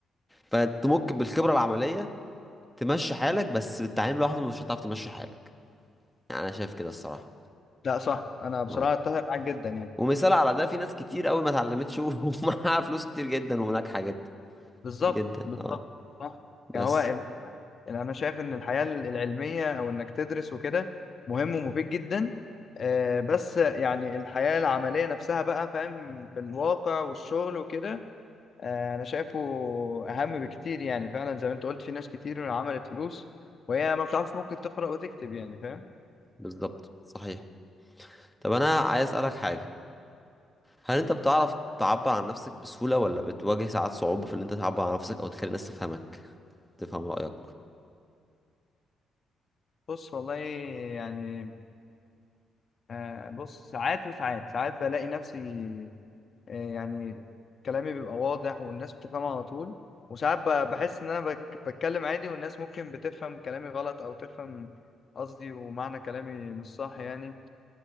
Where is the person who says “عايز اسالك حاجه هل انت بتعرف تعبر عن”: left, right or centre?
Centre